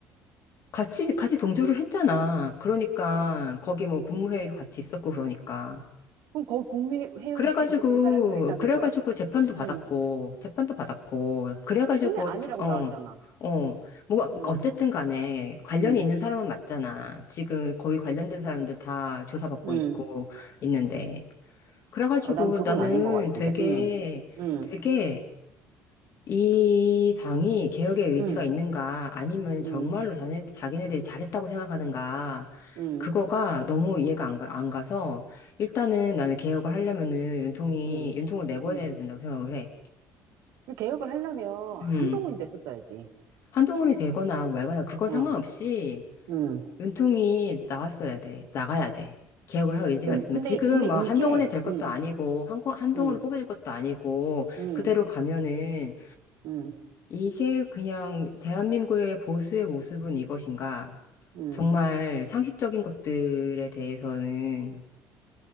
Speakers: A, on the left; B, on the right.
A: 같이, 같이 동조를 했잖아. 그러니까 거기 뭐 국무회의도
B: 어,
A: 같이 있었고 그러니까.
B: 그럼 거기 국민회의에
A: 그래가지고,
B: <laughs> 있었던 사람들이 다 그거야?
A: 그래가지고 재판도 받았고,
B: 음,
A: 재판도 받았고, 그래가지고,
B: 근데 아니라고
A: 어,
B: 나왔잖아.
A: 어, 뭐가,
B: 음,
A: 어쨌든 간에 관련이
B: 음,
A: 있는 사람은 맞잖아. 지금 거의 관련된 사람들 다 조사받고
B: 음.
A: 있고, 있는데. 그래가지고
B: 어, 난 그건
A: 나는
B: 아닌 것 같은데.
A: 되게,
B: 음, 음,
A: 되게 이 당이 개혁의 의지가
B: 음,
A: 있는가 아니면 정말로
B: 음,
A: 자네, 자기네들이 잘했다고 생각하는가
B: 음,
A: 그거가 너무 이해가 안, 가, 안 가서 일단은 나는 개혁을 하려면은 윤통이,
B: 음,
A: 윤통을 내보내야
B: 음.
A: 된다고 생각을 해.
B: 개혁을 하려면
A: 음.
B: 한동훈이 됐었어야지.
A: 한동훈이 되거나 말거나 그건
B: 어,
A: 상관없이
B: 음.
A: 윤통이 나왔어야 돼. 나가야 돼. 개혁을 할 의지가
B: 근-
A: 있으면.
B: 근데,
A: 지금
B: 근데 이게,
A: 막 한동훈이 될 것도
B: 음,
A: 아니고, 한동훈을
B: 음,
A: 뽑아줄 것도 아니고,
B: 음,
A: 그대로 가면은
B: 음,
A: 이게 그냥 대한민국의 보수의 모습은 이것인가?
B: 음,
A: 정말 상식적인 것들에 대해서는